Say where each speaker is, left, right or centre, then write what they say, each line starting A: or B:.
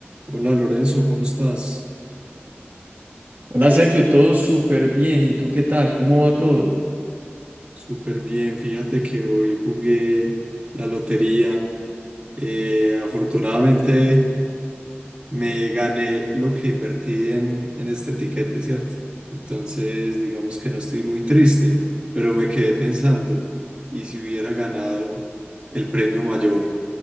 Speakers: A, on the right; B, on the right.
A: Hola Lorenzo, ¿cómo estás?
B: Hola Sergio, todo súper bien. ¿Y tú qué tal? ¿Cómo va todo?
A: Súper bien, fíjate que hoy jugué la lotería. Eh, afortunadamente me gané lo que invertí en, en este tiquete, ¿cierto? Entonces, digamos que no estoy muy triste, pero me quedé pensando, ¿y si hubiera ganado el premio mayor?